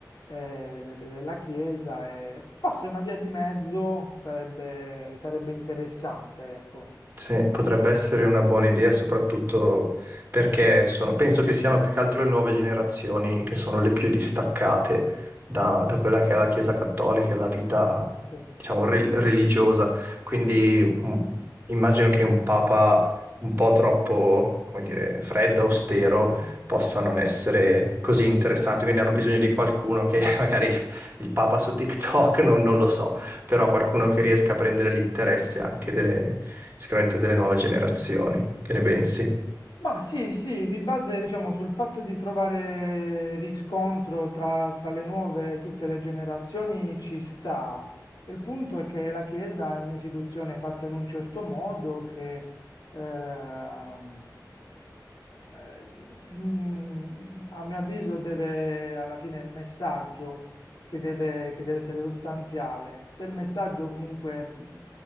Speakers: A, on the left; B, on the right.
A: eh, de- de- della Chiesa e forse una via di mezzo sarebbe, sarebbe interessante, ecco.
B: Sì, potrebbe essere una buona idea, soprattutto perché sono- penso che siano più che altro le nuove generazioni che sono le più distaccate da, da quella che è la Chiesa Cattolica e la vita,
A: Sì.
B: diciamo, re- religiosa. Quindi mm, immagino che un papa un po' troppo, come dire, freddo, austero,
A: Mhm, sì.
B: possa non essere così interessante. Quindi hanno bisogno di qualcuno che <laughs> magari il papa su TikTok, non non lo so però qualcuno che riesca a prendere l'interesse anche delle, sicuramente delle nuove generazioni. Che ne pensi?
A: Ma sì, sì, di base diciamo sul fatto di trovare riscontro tra, tra le nuove e tutte le generazioni ci sta. Il punto è che la Chiesa è un'istituzione fatta in un certo modo che ehm, eh, fin- a mio avviso deve, alla fine il messaggio che deve, che deve essere sostanziale. Se il messaggio comunque mh,